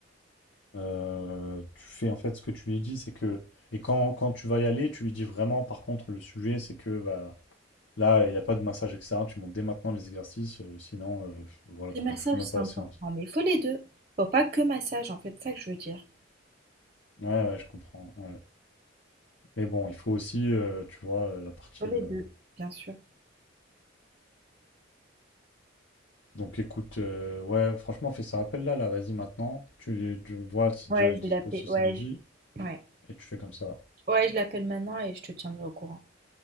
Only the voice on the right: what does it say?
Les massages,
c'est
important,
mais faut les deux. Faut pas que massage, en fait, c'est ça que je veux dire.
Faut les
deux, bien sûr.
Ouais,
je
vais l'appeler.
Ouais,
je... ouais.
Ouais, je l'appelle maintenant et je te tiendrai au courant.